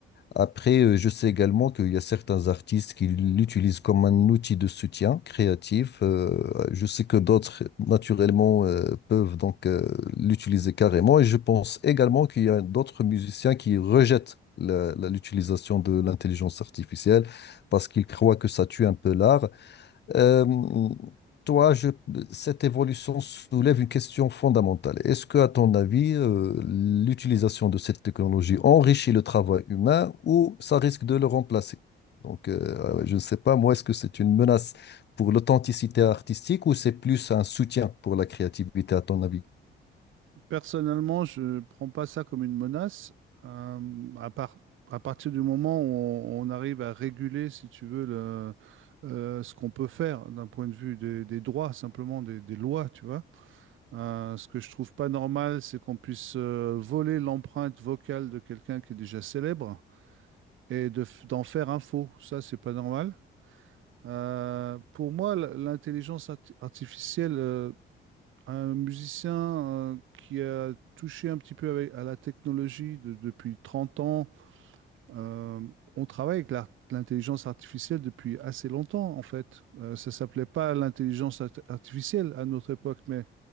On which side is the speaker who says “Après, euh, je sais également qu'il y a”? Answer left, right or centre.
Left